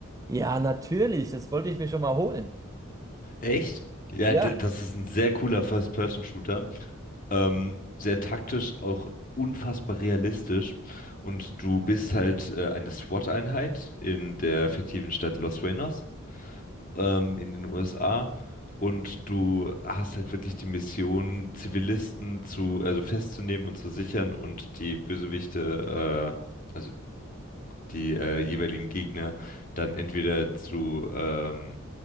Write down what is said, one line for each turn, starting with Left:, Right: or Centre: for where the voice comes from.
Right: Ja, natürlich, das wollte ich mir schon mal holen.
Left: Echt? Ja,
Right: Ja,
Left: d- das ist ein sehr cooler First-Person-Shooter. ähm, sehr taktisch, auch unfassbar realistisch. Und du bist halt äh, eine SWAT-Einheit in der fiktiven Stadt Los Sueños ähm, in den USA. Und du hast halt wirklich die Mission, Zivilisten zu, also festzunehmen und zu sichern und die Bösewichte, äh, also die äh, jeweiligen Gegner dann entweder zu ähm,